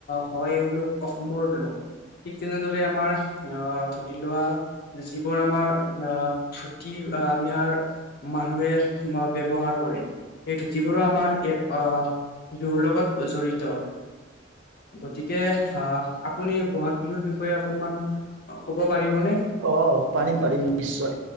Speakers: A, on the left; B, on the right.
A: হয় এওঁলোক অসমৰ লোক। ঠিক তেনেদৰে আমাৰ আ ধৰি লোৱা যিবোৰ আমাৰ আ ধুতি বা আমাৰ মানুহে ব্যৱহাৰ কৰে সেই যিবোৰো আমাৰ এক দুৰ লগত জড়িত গতিকে আ আপুনি বহাগ বিহুৰ বিষয়ে অকনমান ক'ব পাৰিবনে?
B: অ পাৰিম পাৰিম নিশ্চয়